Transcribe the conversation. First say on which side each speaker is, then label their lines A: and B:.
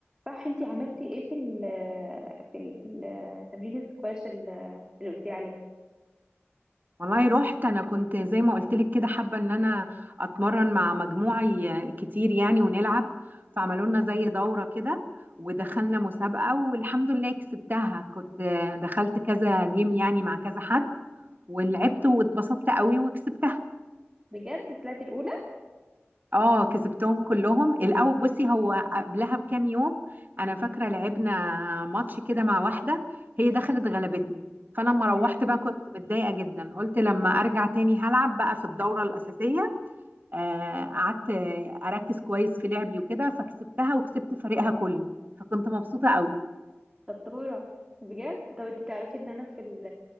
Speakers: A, on the right (about 15°); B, on the right (about 45°).
A: صح انتي عملتي ايه في ال في ال ال- تمرين السكواش ال- اللي قلتي عليه
B: والله رحت انا كنت زي ما قلت لك كده حابه ان انا اتمرن مع مجموعه كتير يعني ونلعب فعملوا لنا زي دوره كده ودخلنا مسابقه والحمد لله كسبتها كنت دخلت كذا جيم يعني مع كذا حد ولعبت واتبسطت قوي وكسبتها
A: بجد طلعتي الاولى
B: اه كسبتهم كلهم الاول بصي هو قبلها بكام يوم انا فاكره لعبنا ماتش كده مع واحده هي دخلت غلبتني فانا لما روحت
A: مم.
B: بقى كنت متضايقه جدا قلت لما ارجع تاني هلعب بقى في الدوره الاساسيه آه، قعدت آه، اركز كويس في لعبي وكده فكسبتها وكسبت فريقها كله فكنت مبسوطه قوي
A: شطوره بجد طب انتي تعرفي ان انا في ال